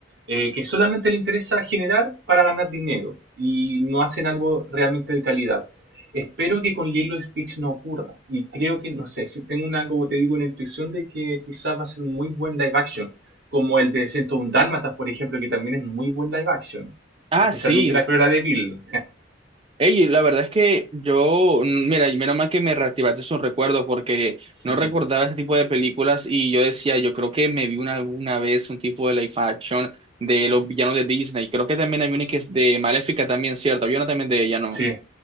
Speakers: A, on the right; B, on the right.
A: eh, que solamente le interesa generar para ganar dinero y no hacen algo realmente de calidad. Espero que con Lilo Stitch no ocurra. Y creo que, no sé, si tengo una, como te digo, una intuición de que quizás va a ser un muy buen live action, como el de 101 Dálmatas, por ejemplo, que también es muy buen live action,
B: Ah,
A: especialmente
B: sí.
A: la Cruella de Bill.
B: Ey, la verdad es que yo, mm, mira, y menos mal que me reactivaste esos recuerdos porque no
A: <laughs>
B: recordaba ese tipo de películas y yo decía, yo creo que me vi una, alguna vez un tipo de live action de los villanos de Disney. Creo que también hay una que es de Maléfica también, ¿cierto? Había una también de ella, ¿no?
A: Sí,